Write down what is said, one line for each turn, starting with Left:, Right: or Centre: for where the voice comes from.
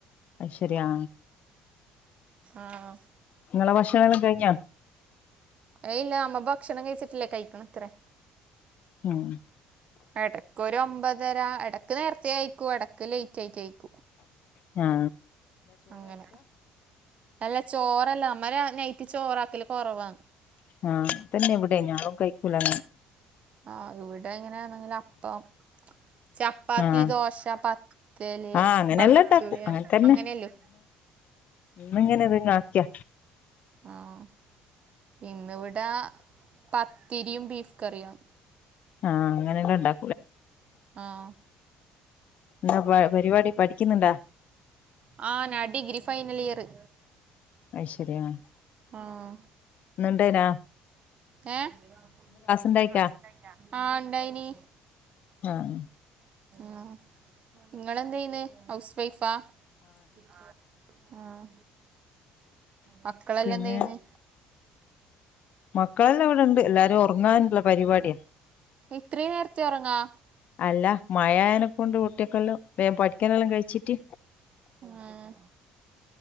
Left: അയ്ശരി ആ
Right: ആഹ്
Left: നിങ്ങള ഭക്ഷണല്ലാം കഴിഞ്ഞാ
Right: ഏയ് ഇല്ല നമ്മ ഭക്ഷണം കഴിച്ചട്ടില്ല കഴിക്കണത്രേ
Left: ഉം
Right: എടക്കൊരൊമ്പതര എടക്ക് നേര്ത്തെ കയിക്കൂം എടക്ക് ലേറ്റ് ആയിട്ട് കയിക്കും
Left: ഞ്ഞാ
Right: അങ്ങന അല്ല ചോറല്ലാ നമ്മ നൈറ്റ് ചോറാക്കല് കൊറവാന്ന്
Left: ആഹ് തന്നെ ഇവിടെം ഞാളും കയിക്കൂലങ്ങനെ
Right: ആഹ് ഇവിടാങ്ങനാ ന്നെങ്കിലും അപ്പം ചപ്പാത്തി
Left: ആഹ്
Right: ദോശ പത്തല്
Left: ആഹ് അങ്ങനെല്ലാം
Right: ഭട്ടുരം
Left: ഇണ്ടാക്കും അങ്ങനെ തന്നെ
Right: അങ്ങനല്ലേ <inaudible>
Left: ഇന്ന് ഇങ്ങനെ ഇത് ഇങ്ങ് ആക്കിയ
Right: ആഹ് ഇന്നിവിട പത്തിരിയും ബീഫ് കറിയും
Left: ആഹ് അങ്ങനക്ക്ണ്ടാ
Right: ആഹ്
Left: എന്താ പ പരിപാടി പഠിക്കിന്ന്ണ്ടാ
Right: ആഹ് നാൻ ഡിഗ്രി ഫൈനലിയറ്
Left: അയിശെരി ആഹ്
Right: ആഹ്
Left: ഇന്ന്ണ്ട്നാ
Right: ഏഹ് ഇന്ന്
Left: ഇണ്ടായിക്കാ
Right: ക്ലാസ്സിണ്ടായിന ആഹ് ഇണ്ടായിനി
Left: ആഹ്
Right: ആഹ് ഇങ്ങൾ എന്തേയ്ന്ന ഹൗസ് വൈഫാ ആഹ് ആഹ് മക്കളെല്ലാം
Left: പിന്നെ
Right: എന്തെയ്യ്ണ്
Left: മക്കളെല്ലാം ഇവിടിണ്ട് എല്ലാരും ഒറങ്ങാനൊള്ള പരിപാടിയാ
Right: ഇത്രയും നേരത്തെ ഒറങ്ങാ
Left: അല്ല മഴയായനെക്കൊണ്ട് കുട്ടിയക്കല്ലം വേഗം പഠിക്കാനെല്ലാം കഴിച്ചിട്ട്
Right: ആഹ്